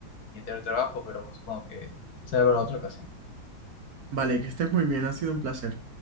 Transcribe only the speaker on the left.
mi anterior trabajo, pero pues supongo que será para otra ocasión.